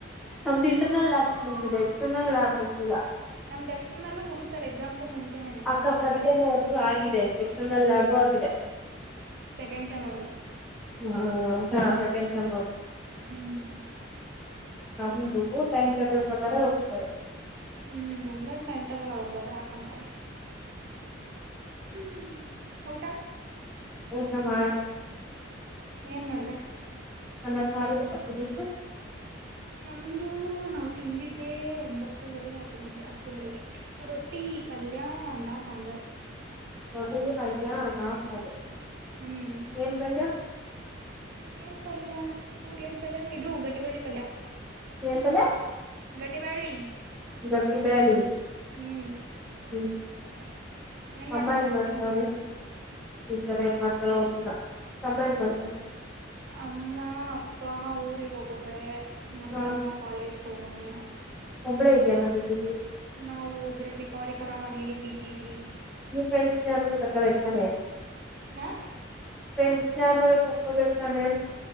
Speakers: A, in the centre; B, on the right.
A: ನಮ್ದ ಇಂಟರ್ನಲ್ಯಾಬ್ಸ್ ಮುಗದೀದೆ ಎಕ್ಸ್ಟರ್ನಲ್ಯಾಬ್ ಮುಗದಿಲ್ಲ.
B: ನಮ್ದು ಎಕ್ಸ್ಟರ್ನಲ್ಲೂ ಮುಗಿಸ್ತಾರೆ ಎಕ್ಸಾಮ್ಕೂ ಮುಂಚೆನೇನೆ
A: ಅಕ್ಕ
B: ಎಸ್
A: ಫಸ್ಟ್
B: ಡಬಲ್
A: ಸೆಮ್
B: ಇಕು
A: ಅವ್ರದು
B: ಮುಂಚೆ.
A: ಆಗಿದೆ ಎಕ್ಸ್ಟರ್ನಲ್ ಲ್ಯಾಬು ಆಗಿದೆ.
B: ಸೆಕೆಂಡ್ ಸೈಮ ಅವ್ರದು.
A: ಹ್ಮ ಹಾ ಸೆಕೆಂಡ್ ಸೇಮ್ ಅವರದು.
B: ಹ್ಮ್
A: ನಮ್ದು ಟೈಮ್ ಟೇಬಲ್ ಪ್ರಕಾರ ಹೋಗ್ತಾರೆ.
B: ಹ್ಮ್ ನಮ್ದೇನ ಟೈಮ್ ಟೇಬಲ್ ಅವ್ರದ ಅವರೇ ಹಾಕೊಂತಾರೆ. ಹ್ಮ್ ಊಟ.
A: ಊಟ ಮಾಡ.
B: ಏನ್ ಮಾಡ್ದೆ.
A: ಅನ್ನ ಸಾರು ಚಪಾತಿ ನಿಂದು.
B: ನಮ್ದು ನಾವ ತಿಂದಿದ್ದೆ ಒಂಬತ್ತುವರೆ ಹತ್ತ ಗಂಟೆ ಹತ್ತುವರೆಗೆ ರೊಟ್ಟಿ. ಪಲ್ಯ ಅನ್ನ ಸಾಂಬಾರ.
A: ರೊಟ್ಟಿ ಪಲ್ಯ ಅನ್ನ ಸಾರು.
B: ಹ್ಮ್.
A: ಏನ ಪಲ್ಯ.
B: ಏನ ಪಲ್ಯ ಹೌದ ಪಲ್ಯ ಇದು ಗಟ್ಟಿ ಬೆಳೆ ಪಲ್ಯ.
A: ಏನ ಪಲ್ಯ
B: ಗಟ್ಟಿಬಳ್ಳಿ
A: ಗಟ್ಟಿ ಬ್ಯಾಳಿ.
B: ಹ್ಮ್
A: ಹ್ಮ್
B: ಏನ್
A: ಅಮ್ಮ
B: ಮಾಡ್ತಾಳ
A: ಏನ
B: ನಿಮ್ಸರ
A: ಮಾಡ್ತಾವರೆ. ತಿನ್ನತರೋ ಏನ ಮಾಡ್ತಾರೊ ಗೊತ್ತಿಲ್ಲ ತಮ್ಮ ಏನು ಮಾಡ್ತಾರೆ.
B: ಅಮ್ಮ ಅಪ್ಪ ಊರಿಗೆ ಹೋಗವ್ರೆ ನಮ್ಮ
A: ಹ
B: ತಮ್ಮ ಕಾಲೇಜ್ಗೆ ಹೋಗೌನೆ.
A: ಒಬ್ಬಳೇ ಇದೆಯಾ ಮನೇಲಿ?
B: ನಾವು ಒಬ್ರ ಬಿಕಾರಿ ತರ ಮನೇಲಿ ಬಿದ್ದಿದ್ವಿ.
A: ನೀ ಫ್ರೆಂಡ್ಸ್ನ ಅನ್ನೋದು ತಕ್ಕಬೇಕು ತಾನೇ.
B: ಹ
A: ಫ್ರೆಂಡ್ಸ್ ಜನರು ಕರ್ಕೋಬೇಕತಾನೆ.